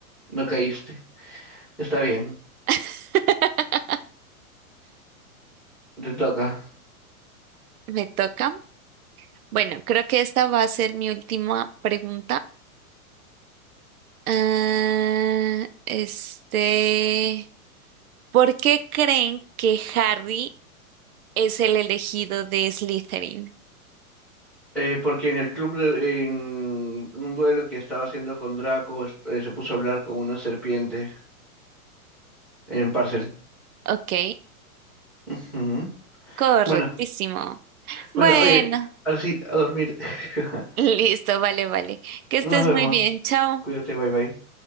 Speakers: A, in the centre; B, on the right.
A: No caíste. Está bien.
B: <laughs>
A: Te toca.
B: Me toca. Bueno, creo que esta va a ser mi última pregunta. Ah, este, ¿por qué creen que Harry es el elegido de Slytherin?
A: Eh, porque en el club, de- en un duelo que estaba haciendo con Draco, est- eh, se puso a hablar con una serpiente. En Parcel.
B: Ok,
A: Ujú.
B: correctísimo.
A: Bueno,
B: Bueno,
A: bueno, oye, ahora sí, a dormir. <laughs>
B: <laughs> listo, vale, vale. Que estés
A: Nos vemos.
B: muy bien, chao.
A: Cuídate, bye bye.